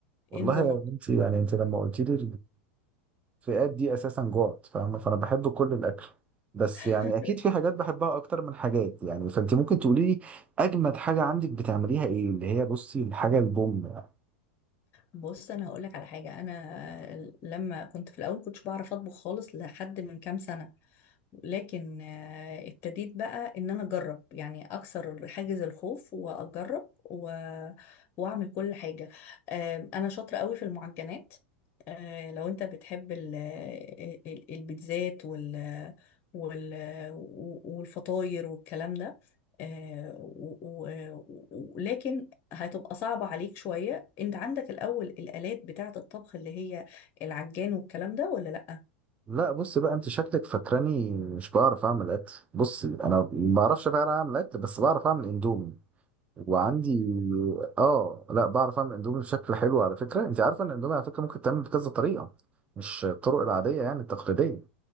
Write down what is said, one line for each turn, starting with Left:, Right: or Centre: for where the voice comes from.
Right: والله
Left: ايه نظامك
Right: يا بنتي يعني انت لما قلت لي الفئات دي اساسا جوعت فاهمه فانا بحب كل الاكل بس
Left: <laughs>
Right: يعني اكيد في حاجات بحبها اكتر من حاجات يعني فانت ممكن تقولي لي اجمد حاجه عندك بتعمليها ايه اللي هي بصي الحاجه البوم يعني.
Left: بص انا هقولك على حاجة انا لما كنت في الاول كنتش بعرف اطبخ خالص لحد من كام سنة لكن آه، ابتديت بقى ان انا اجرب يعني اكسر حاجز الخوف واجرب و... واعمل كل حاجه آه، انا شاطره قوي في المعجنات آه، لو انت بتحب ال... آه، ال- البيتزات وال... وال... والفطاير والكلام ده آه، و... و... و... لكن هتبقى صعبة عليك شوية انت عندك الأول الآلات بتاعة الطبخ اللي هي العجان والكلام ده ولا لأ؟
Right: لا بصي بقى انت شكلك فاكراني مش بعرف اعمل اكل بصي انا ما بعرفش فعلا اعمل اكل بس بعرف اعمل اندومي وعندي اه لا بعرف اعمل اندومي بشكل حلو على فكره انت عارفه ان الاندومي على فكره ممكن تعمل بكذا طريقه مش الطرق العاديه يعني التقليديه